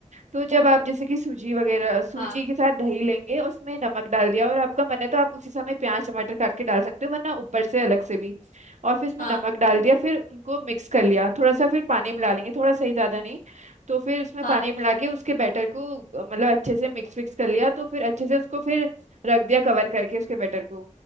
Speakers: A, on the right; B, on the left.
A: तो जब आप जैसे कि सूजी वगैरह सूजी
B: हाँ
A: के साथ दही लेंगे उसमें नमक डाल दिया और आपका मन है तो आप उसी समय प्याज टमाटर काट के डाल सकते हो वरना ऊपर से अलग से भी और फिर इसमें
B: हाँ
A: नमक डाल दिया फिर उनको मिक्स कर लिया थोड़ा सा फिर पानी मिला लेंगे थोड़ा सही ज़्यादा नहीं तो फिर उसमें
B: हाँ
A: पानी मिला के उसके बैटर को अ, मतलब अच्छे से मिक्स फिक्स कर लिया तो फिर अच्छे से उसको फिर रख दिया कवर करके उसके बैटर को